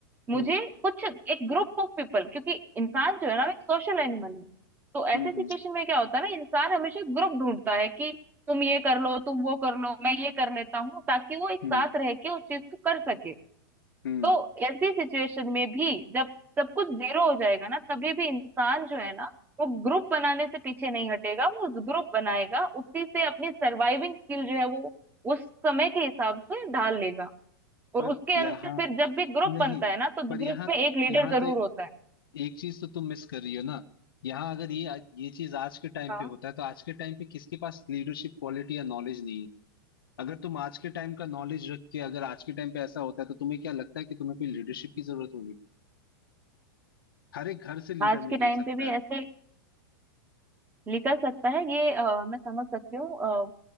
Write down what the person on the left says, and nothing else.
हम्म
हम्म
हम्म
हम्म
हम्म।
पर
यहाँ
नहीं
पर
यहाँ
यहाँ
तो
एक चीज तो तुम मिस कर रही हो ना यहाँ अगर ये ये चीज आज के टाइम
पे होता है तो आज के टाइम पे किसके पास लीडरशिप क्वालिटी या नॉलेज नहीं है अगर तुम आज के टाइम का नॉलेज रख के अगर आज के टाइम पे ऐसा होता है तो तुम्हें क्या लगता है कि तुम्हें कोई लीडरशिप की जरूरत होगी हर एक घर से लीडर
निकल
सकता
है